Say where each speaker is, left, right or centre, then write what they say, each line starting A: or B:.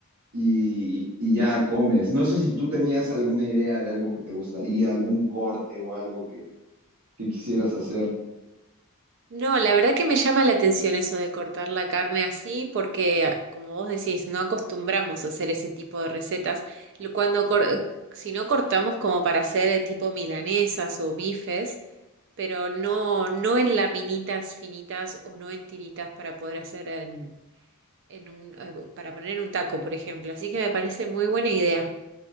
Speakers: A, on the right; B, on the right.
A: y, y ya comes. No sé si tú tenías alguna idea de algo que te gustaría, algún corte o algo que, que quisieras hacer.
B: No, la verdad que me llama la atención eso de cortar la carne así, porque ah, como vos decís, no acostumbramos a hacer ese tipo de recetas. Lo- Cuando cor- si no cortamos como para hacer eh, tipo milanesas o bifes, pero no, no en laminitas finitas o no en tiritas para poder hacer en, en un, eh, para poner en un taco, por ejemplo. Así que me parece muy buena idea.